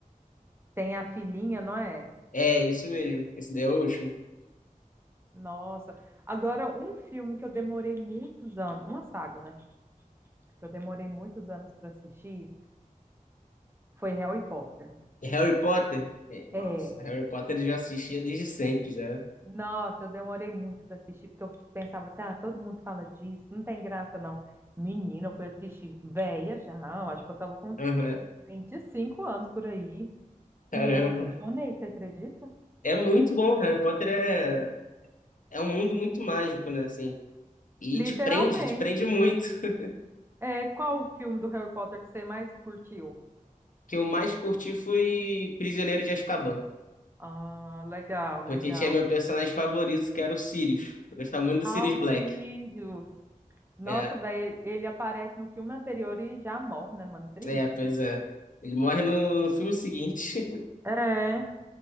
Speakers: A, on the right (about 15°); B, on the left (about 70°).
A: tem a filhinha, não é?
B: É, isso mesmo. Esse daí é o último.
A: Nossa. Agora, um filme que eu demorei muitos anos, uma saga, né? Que eu demorei muitos anos para assistir foi Harry Potter.
B: E Harry Potter? É, Nossa,
A: É.
B: Harry Potter eu já assistia desde sempre, já.
A: Nossa, eu demorei muito para assistir, porque eu pensava assim, ah, todo mundo fala disso, não tem graça, não. Menina, eu fui assistir velha já, eu acho que eu tava com uns
B: Aham,
A: 25 anos por aí.
B: Caramba.
A: E eu apaixonei, você acredita?
B: É muito bom. Harry Potter é, é um mundo muito mágico, né? Assim. E
A: Literalmente.
B: te prende, te prende muito. <laughs>
A: É, qual o filme do Harry Potter que você mais curtiu?
B: O que eu mais curti foi Prisioneiro de Azkaban.
A: Ah, legal,
B: Porque
A: legal.
B: tinha meu personagem favorito, que era o Sirius. Eu gostava muito do
A: Alcídios.
B: Sirius Black.
A: Nossa,
B: É,
A: velho, ele aparece no filme anterior e já morre, né, mano? Triste.
B: é, pois é. Ele morre no, no filme seguinte. <laughs>
A: É.